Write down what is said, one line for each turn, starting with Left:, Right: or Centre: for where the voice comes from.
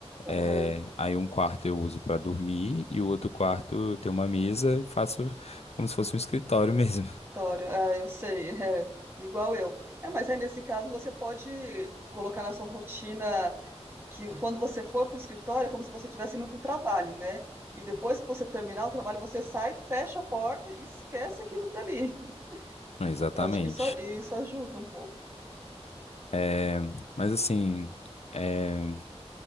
Left: é,
Right: Aham,
Left: aí um quarto eu uso para dormir e o outro quarto tem uma mesa e faço como se fosse um escritório mesmo.
Right: escritório, ah, eu sei, <laughs> é, igual eu. É, mas aí nesse caso você pode colocar na sua rotina que quando você for para o escritório é como se você estivesse indo para o trabalho, né? E depois que você terminar o trabalho, você sai, fecha a porta e esquece aquilo dali.
Left: <laughs>
Right: <laughs>
Left: Não, exatamente.
Right: Eu acho que isso, isso ajuda um pouco.
Left: É, mas assim. é,